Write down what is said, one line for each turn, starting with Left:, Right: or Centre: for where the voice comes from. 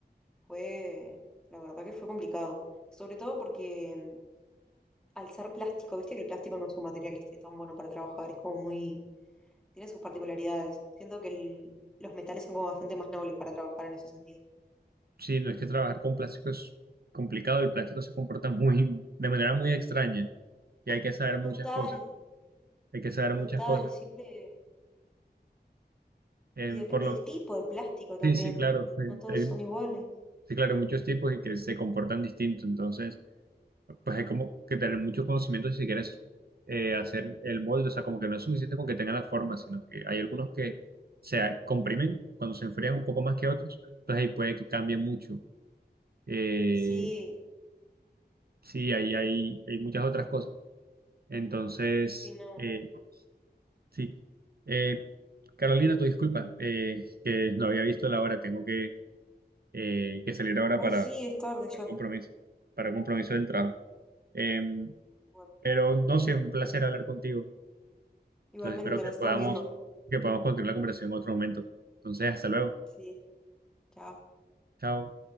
Centre: Fue, la verdad que fue complicado, sobre todo porque mm, al ser plástico, viste que el plástico no es un material que esté tan bueno para trabajar, es como muy, tiene sus particularidades. Siento que el- los metales son como bastante más nobles para trabajar en ese sentido.
Right: Sí, no es que trabajar con plástico es complicado, el plástico se comporta muy, de manera muy extraña y hay que saber muchas
Centre: Total,
Right: cosas, hay que saber
Centre: total,
Right: muchas cosas.
Centre: siempre
Right: Eh,
Centre: Y depende
Right: por lo,
Centre: del tipo de plástico también.
Right: sí, sí, claro, eh,
Centre: No todos
Right: hay,
Centre: son iguales.
Right: sí, claro, muchos tipos y que se comportan distinto, entonces, pues hay como que tener mucho conocimiento si se quieres eh, hacer el molde, o sea, como que no es suficiente con que tengan la forma, sino que hay algunos que se comprimen cuando se enfrían un poco más que otros, entonces ahí puede que cambie mucho. Eh,
Centre: Sí,
Right: sí, ahí hay, hay muchas otras cosas. Entonces,
Centre: sí, no.
Right: eh, sí. Eh, Carolina, tu disculpa, eh, que no había visto la hora. Tengo que, eh, que salir ahora
Centre: Ay,
Right: para,
Centre: sí, es tarde
Right: para
Centre: ya.
Right: un compromiso, para un compromiso del trabajo. Em,
Centre: Bueno,
Right: pero no sé, un placer hablar contigo.
Centre: igualmente
Right: Entonces, espero que
Centre: nos estamos
Right: podamos,
Centre: viendo.
Right: que podamos continuar la conversación en otro momento. Entonces, hasta luego.
Centre: Sí, chao.
Right: Chao.